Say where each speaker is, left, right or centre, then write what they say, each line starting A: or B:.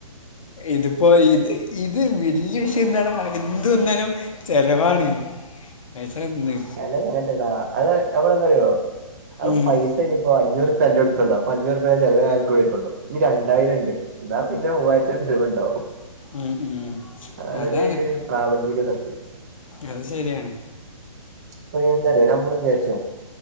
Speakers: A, on the left; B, on the right.
A: ഇത്പ്പോ ഇത് ഇത് വല്ല്യ വിഷയന്താടാ എന്ത് വന്നാലും. ചെലവാണ് പൈസന്ന്.
B: ചെലവ് അങ്ങനത്തെടാ അത് നമ്മളെന്താറ്യോ അത്
A: ഉം
B: പൈസ ഇഞ്പ്പോ അഞ്ഞൂറുപ്യാ അന്റെടുത്തുണ്ടോ. ഇപ്പം അഞ്ഞൂറുപ്യെന്റെ ചെലവെ അനക്ക് വരുണുള്ളു ഇനി രണ്ടായിരണ്ട് എന്നാ പിന്നെ മൂവായിരത്തിന്റെ ചെലവുണ്ടാവും.
A: ഉം ഉം
B: അതൊരു
A: അതാണ്.
B: പ്രാപഞ്ചിക സത്യം.
A: അത് ശെര്യാണ്.
B: പ്പൈനെന്താറ്യോ ഞമ്മള് വിചാര്ച്ചും